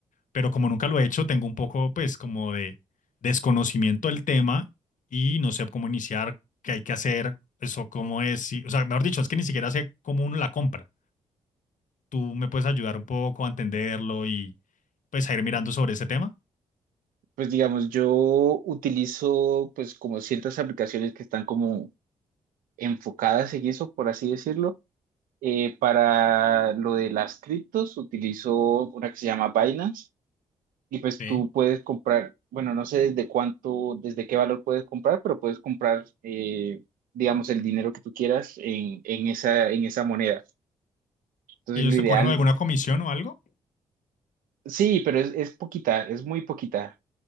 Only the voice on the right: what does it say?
Pues digamos, yo utilizo pues como ciertas aplicaciones que están como enfocadas en eso, por así decirlo. Eh, para lo de las criptos utilizo una que se llama Binance y pues
tú puedes comprar, bueno, no sé desde cuánto, desde qué valor puedes comprar, pero puedes comprar, eh, digamos, el dinero que tú quieras en, en esa, en esa moneda. Entonces
lo
ideal,
sí, pero es, es poquita, es muy poquita.